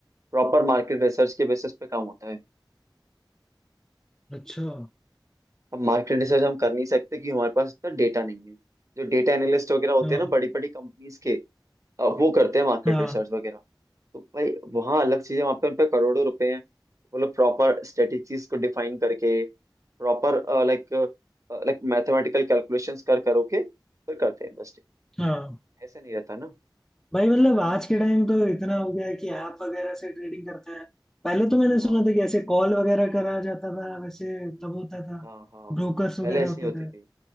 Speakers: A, on the right (about 40°); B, in the centre.
A: प्रॉपर मार्केट रिसर्च के बेसिस पे काम होता है
B: अच्छा
A: अब मार्केट रिसर्च हम कर नहीं सकते कि हमारे पास इतना डेटा नहीं है जो डेटा एनालिस्ट वगैरह होते
B: हाँ
A: हैं ना बड़ी बड़ी कंपनीज के अब वो करते हैं मार्केट
B: हाँ
A: रिसर्च वगैरह तो भाई वहाँ अलग चीज़ है वहाँ पे उन पे करोड़ों रुपए हैं वो लोग प्रॉपर स्ट्रेटेजीज को डिफाइन करके proper like like mathematical calculations कर करो के फिर करते हैं इन्वेस्टिंग
B: हाँ
A: ऐसा नहीं रहता ना
B: भाई मतलब आज के टाइम तो इतना हो गया है कि ऐप वगैरह से ट्रेडिंग करते हैं पहले तो मैंने
A: हाँ
B: सुना था कि ऐसे कॉल वगैरह करा जाता था वैसे तब होता था
A: हाँ हाँ
B: ब्रोकर्स
A: पहले
B: वगैरह
A: ऐसी
B: होते
A: होती
B: थे
A: थी